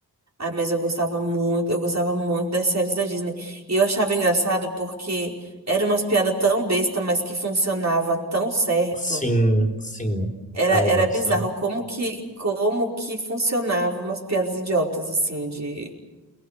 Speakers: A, on the right (about 40°); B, on the left (about 20°).
A: Ah, mas eu gostava muito, eu gostava muito das séries da Disney. E eu achava engraçado porque era umas piadas tão besta, mas que funcionava tão certo.
B: Sim, sim.
A: Era,
B: Ai,
A: era
B: nossa.
A: bizarro como que como que funcionava umas piadas idiotas assim de